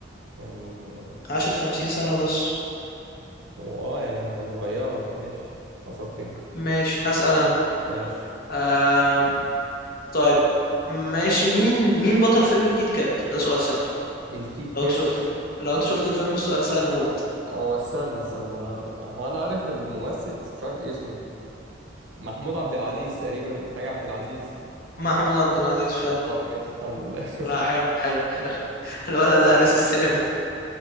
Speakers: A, on the right; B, on the left.
A: يعني
B: عاشت خمسين سنة بس
A: هو اه يعني هي صغيره ماشي حصل خير
B: ماشي هسأل انا
A: ماشي
B: آم... طيب ماشي مين مين بطل فيلم الكيت كات ده سؤال سهل
A: الكيت
B: لو
A: كات
B: انت شفت لو انت شفت الفيلم السؤال سهل موت
A: او استنى استنى هقول- هو انا عارف الممثل بس مش عارف اسمه محمود عبد العزيز تقريبا حاجه عبد العزيز
B: محمود عبد العزيز
A: آه، طب ماشي الحمد لله <laughs>
B: لا حلو حلو حلو <laughs> الولد اللي هرس السينما